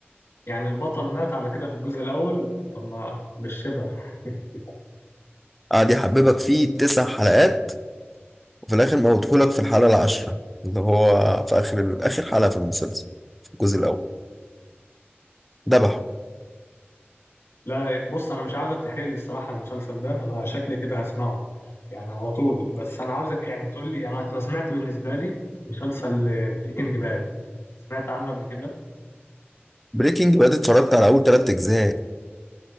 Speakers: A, on the left; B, in the centre.
A: يعني البطل مات على كده في الجزء الأول طب ما بالشبه <laughs>
B: قاعد يحببك فيه تسع حلقات وفي الآخر موتهولك في الحلقة العاشرة اللي هو في آخر آخر حلقة في المسلسل في الجزء الأول ذبحه
A: لا بص أنا مش عاوزك تحرق لي الصراحة المسلسل ده أنا شكلي كده هسمعه يعني على طول بس أنا عاوزك يعني تقول لي أنا أنا سمعت بالنسبة لي مسلسل بريكنج باد سمعت عنه قبل كده
B: بريكنج باد اتفرجت على أول تلات أجزاء